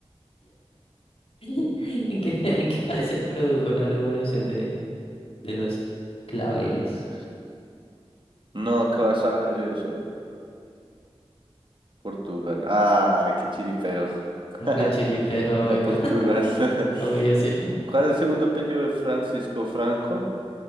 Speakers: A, on the left; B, on the right.
A: <laughs> ¿En qué, en qué país se produjo la revolución de, de los claveles?
B: Claro. No, ¿qué vas a ver eso? Portugal. Ay, qué chiripero. <laughs>
A: Re chiripero,
B: Era
A: obvio.
B: Portugal.
A: <laughs>
B: <laughs>
A: Obvio, sí.
B: ¿Cuál es el segundo apellido de Francisco Franco?